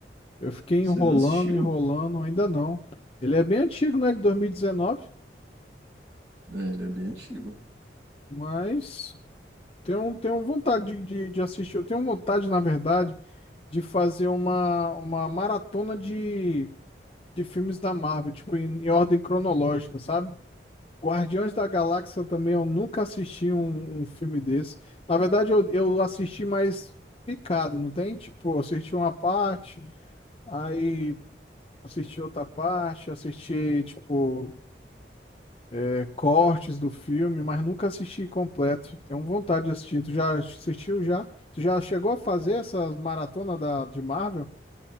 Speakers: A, on the left; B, on the right.
A: Eu fiquei
B: Você
A: enrolando,
B: não assistiu?
A: enrolando, ainda não. Ele é bem antigo, né? De 2019,
B: É, ele é bem antigo.
A: mas tenho, tenho vontade de, de, de assistir. Eu tenho vontade, na verdade, de fazer uma, uma maratona de, de filmes da Marvel, tipo, em, em ordem cronológica, sabe? Guardiões da Galáxia também, eu nunca assisti um, um filme desse. Na verdade, eu, eu assisti mais picado, não tem? Tipo, eu assisti uma parte, aí assisti outra parte, assisti, tipo. É, cortes do filme, mas nunca assisti completo. Tenho vontade de assistir. Tu já assistiu já? Tu já chegou a fazer essas maratonas da, de Marvel?